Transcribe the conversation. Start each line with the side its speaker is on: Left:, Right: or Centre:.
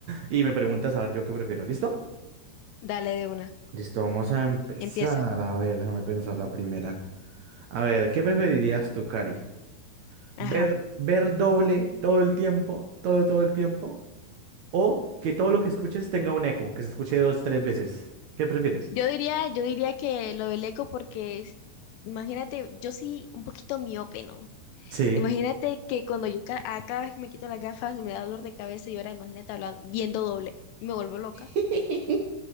Right: y me preguntas a ver yo qué prefiero, ¿listo?
Left: Dale de una.
Right: Listo, vamos a empezar.
Left: Empieza.
Right: A ver, déjame pensar la primera. A ver, ¿qué preferirías tú, Cari?
Left: Ajá.
Right: ¿Ver, ver doble todo el tiempo, todo, todo el tiempo? ¿O que todo lo que escuches tenga un eco, que se escuche dos, tres veces? ¿Qué prefieres?
Left: Yo diría, yo diría que lo del eco porque es- imagínate, yo soy un poquito miope, ¿no?
Right: Sí.
Left: Imagínate que cuando yo ca- a cada vez que me quito las gafas me da dolor de cabeza y ahora imagínate hablando, viendo doble. Me vuelvo loca.
Right: <laughs>